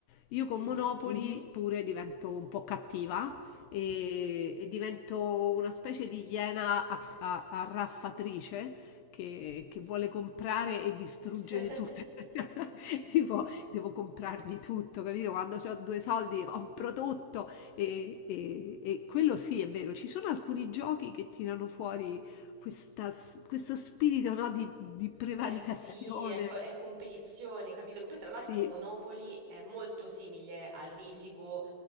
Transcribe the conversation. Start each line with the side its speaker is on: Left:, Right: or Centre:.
Left: Io con
Right: Mhm.
Left: Monopoli Mhm. pure divento un po' cattiva e, e divento una specie di iena a- a- arraffatrice che, che vuole comprare e distruggere
Right: <laughs>
Left: tutto. <laughs> Tipo, devo comprarmi tutto, capito? Quando ho due soldi compro tutto e, e- e quello sì è vero, ci sono alcuni giochi che tirano fuori questa s- questo spirito, no, di, di prevaricazione.
Right: Eh sì, è, co- è competizione, capito? Che poi tra l'altro
Left: Sì,
Right: Monopoly è molto simile a Risico